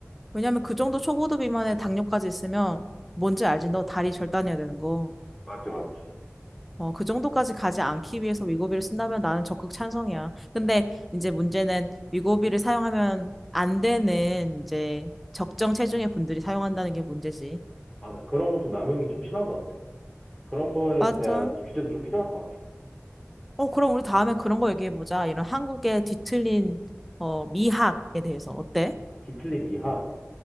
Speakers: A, in the centre; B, on the left.
A: 왜냐면 그 정도 초고도 비만에 당뇨까지 있으면 뭔지 알지? 너 다리 절단해야 되는 거.
B: 맞지 맞지.
A: 어, 그 정도까지 가지 않기 위해서 위고비를 쓴다면 나는 적극 찬성이야. 근데 이제 문제는 위고비를 사용하면 안 되는 이제 적정 체중의 분들이 사용한다는 게 문제지.
B: 맞아. 그런 것도 남용이 좀 심한 것 같아. 그런 거에
A: 맞아.
B: 대한 규제도 좀 필요할 것 같아.
A: 어, 그럼 우리 다음에 그런 거 얘기해보자. 이런 한국의 뒤틀린 어, 미학에 대해서 어때?
B: 뒤틀린 미학.